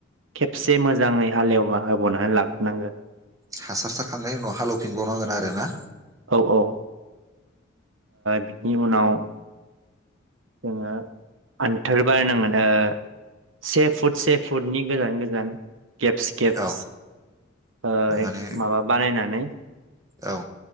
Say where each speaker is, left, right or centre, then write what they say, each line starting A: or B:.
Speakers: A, on the right; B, on the right.
A: खेबसे मोजाङै हाल एवबा होबौनानै लाग्रोनो नांगो।
B: हासार सारखांनायनि उनाव हालौफिनबावनांगोन आरो ना।
A: औ औ ओ बिनि उनाव जोङो आन्थार बारनांगोन ओ से से फुटनि गोजान गोजान। गेप्स गेप्स
B: औ
A: ओ
B: माने
A: माबा बानायनानै
B: औ।